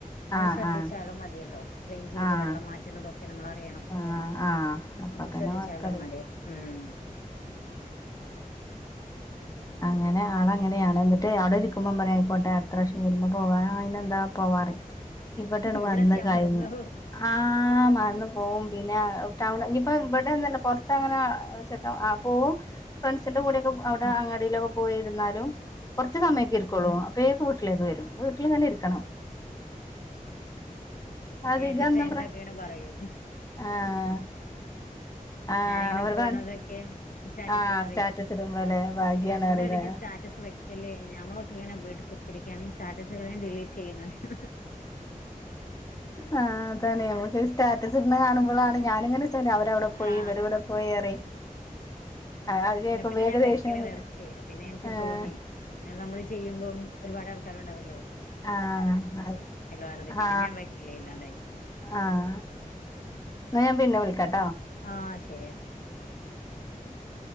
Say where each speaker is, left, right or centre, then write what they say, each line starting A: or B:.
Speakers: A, on the left; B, on the left.
A: നമ്മള്
B: ആഹ്
A: ശ്രദ്ധിച്ചാലും
B: ആഹ്
A: മതിയല്ലോ ക്ലീൻ ചെയ്ത്
B: ആഹ്
A: വെള്ളം മാറ്റുന്നതൊക്കെ നമ്മൾ അറിയണം
B: ആഹ് ആഹ് അപ്പൊ
A: ആ
B: പിന്നെ
A: ശ്രദ്ധിച്ചാലും
B: കൊഴപ്പല്ല
A: മതി ഉം
B: അങ്ങനെ ആൾങ്ങനെയാണ് എന്നിട്ട് എവിടെ ഇരിക്കുമ്പോം പറയാമായിയിക്കോട്ടെ എത്ര പ്രാവ്യം വരുമ്പോ പോവാ അയിന് എന്താ പോവാറേം. ഇവിടൊണ്
A: ഇവിടെത്തിയാ
B: വന്ന് കയിഞ്ഞ്
A: മറന്നു
B: ആ മറന്ന് പോവും പിന്നെ ടൗൺ ഇനീപ്പ ഇവി- അന്നല്ല പുറത്ത് അങ്ങനെ ചെക്ക ആ പോവും. ഫ്രണ്ട്സിന്റെ കൂടെ ഒക്കെ അവിടെ അങ്ങ- ലോ പോയിരുന്നാലും കൊറച്ച് സമയൊക്കെ
A: ഉം
B: ഇരിക്കെളളു. വേക്ക് ഉട്ടിലേക്ക് വരും. വീട്ടിലങ്ങന്നെ ഇരിക്കണം അധിക
A: എന്റെ
B: എന്താ
A: ഫ്രണ്ടൊക്കെ
B: പറ
A: ഇങ്ങനെ പറയും
B: ആഹ് ആഹ്
A: ഞാനിങ്ങനെ
B: ഒരു
A: പോണതൊക്കെ
B: ഫ്രണ്ട്സ്
A: സ്റ്റാറ്റസും
B: ആഹ്
A: പറയും
B: സ്റ്റാറ്റസ് ഇടുമ്പോല്ലേ ഭാഗ്യാണ്
A: എന്താടിനി
B: അറിയില്ലേ
A: സ്റ്റാറ്റസ് വയ്ക്കല്ലേ ഞമ്മളൊക്കെ ഇങ്ങനെ വീട്ട്ക് എനിക്കാണ് ഈ സ്റ്റാറ്റസെക്കെെയാം ഡിലീറ്റ് ചെയ്യുന്നറയും.
B: ആ അതാണ നമുക്ക് സ്റ്റാറ്റസ് ഇട്ന്ന കാണുമ്പോളാണ് ഞാനിങ്ങനെ അവരവിടെ പോയി
A: ആഹ
B: ഇവരിവിടെ പോയി പറയും അത് കേൾക്കുമ്പോ
A: പിന്നെ പിന്നെ
B: ഏകദേശം
A: ഞാൻ വെക്കല നിർത്തി പിന്നെ എനിക്കും
B: ആഹ്
A: തോന്നി നമ്മള് ചെയ്യുമ്പം ഒരുപാട് കണ്ടാവ
B: ആഹ
A: വെറുതെ പിന്നെ
B: ആഹ
A: ഞാൻ വെക്കല് ഇല്ലാണ്ടായി
B: ആഹ എന്ന ഞാൻ പിന്നെ വിളിക്കാട്ടെ
A: ആഹ ശരിയെന്നാ ഉം